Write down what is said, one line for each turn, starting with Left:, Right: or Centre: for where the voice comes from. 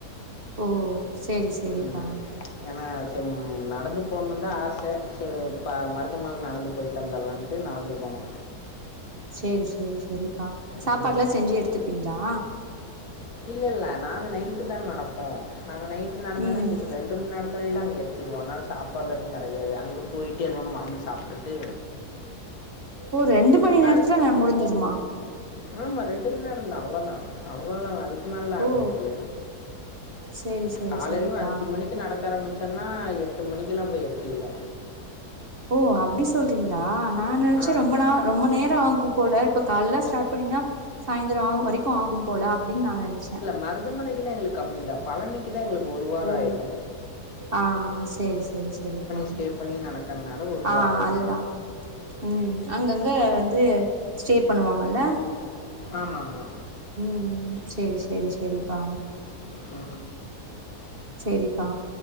Right: ஓ சேரி சேரிப்பா
Left: ம் ஏன்னா சும் நடந்து போணும்னுதா ஆச ச ப மருதமல நடந்து போய் டு வந்தர்லான்ட்டு நடந்து போனோ
Right: சேரி சேரி செரிப்பா சாப்பாட்லா
Left: ம்
Right: செஞ்சு எடுத்துப்பீங்ளா
Left: இல்ல இல்ல நாங்க நைட்டுதா நடப்போ நாங்க நைட்டு நடந்தனா
Right: ம்
Left: எங்களுக்கு ரெண் டு மண்நேரத்துலலா அங்கே எறுதிருவோ அதனால சாப்பாடுல எதுவு கெடையாது அங்க போய்ட்டு எதோ ஒன்னு வாங்கி சாப்டுட்டு
Right: ஓ ரெண்டு மணி நேரத்துலே
Left: அது
Right: ந முடிஞ்சிருமா
Left: ஆமா ரெண்டு மணி நேரொந்தா அவ்ளோதா அவ்ளதா அதுக் நல்லாகாது
Right: ஓ
Left: எங்களுக்கு
Right: சேரி சேரி
Left: காலையில
Right: சேரிப்பா
Left: ஒரு அஞ்சு மணி நடக்க ஆரபிச்சோம்னா எட்டு மணிக்குல்லா போயிர்க்கீங்க
Right: ஓ அப்டி சொல்றீங்களா நா நினைச்ச
Left: ஆ
Right: ரொம்ப நா ரொம்ப நேர ஆகு போல இப்ப கால்லா ஸ்டார்ட் பண்ணீங்கன்னா சாயந்ர வரைக்கு ஆகும் போல அப்டின் நா நெனச்சே
Left: மருதமலை குலா எங்ளுக்கு கம்மிதா பழனிக்குதா எங்ளுக்கு ஒரு வார
Right: ஓ
Left: ஆயிரு
Right: ஆ ஆ சரி சரி சரிக்கா
Left: ஸ்டே பண்ணி நடக்கறனால ஒரு
Right: ஆ
Left: வாரம் ஆயிரும்
Right: அதுதா ம் அங்கங்க வந்து ஸ்டே பண்ணுவாங்க ல
Left: ஆமா ஆமா
Right: ம் செரி செரி செரிப்பா
Left: அ
Right: சேரிப்பா